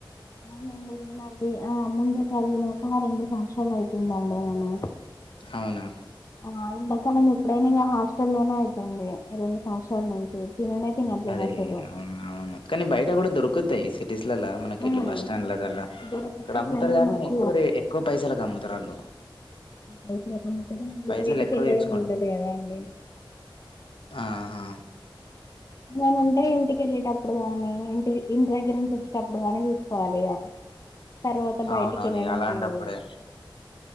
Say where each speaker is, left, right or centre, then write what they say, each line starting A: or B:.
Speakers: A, on the left; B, on the left.
A: అవునండి. నేను అవ్వి ఆ ముందు చదివినక రెండు సంవత్సరాలు అయిత్ తిందండి నేను
B: అవునా
A: ఆ ఎండా కాలం ఎప్పుడైనా హాస్టల్ లోనే అవుతుంది రెండు సంవత్సరాల నుంచి తిననే తినట్లేను
B: అరే
A: అసలు
B: అవును అవును కానీ బయట కూడా దొరుకుత్ తాయి సి టీస్ లల్ల మనకి
A: ఉమ్
B: ఇట్లా బస్ స్టాండ్లకల్లా
A: దొరుకుతాయి
B: ఇక్కడ అమ్ముతారు.
A: కానీ
B: గాని
A: మాకు
B: ఎక్కువ రే ఎక్కువ పైసలకు అమ్ముతారు. వాళ్ళు
A: పైసలు కమ్ముతారు, అది
B: పైసలు
A: బయటికి
B: ఎక్కువ
A: వెళ్ళడం
B: తెచ్చుకోంట
A: ఉండదు కదా అండి
B: ఆహా
A: నేను ఉంటే ఇంటి కేళ్ళేటప్పుడు గాని ఇంటి ఇంటి దగ్గర నుంచి వచ్చేటప్పుడు గాని తెచ్చు సుకోవాలి ఇగ తర్వాత బయటికి
B: అవునవును
A: వెళ్ళడం
B: ఇగ అలాంటప్పుడే
A: ఉండదు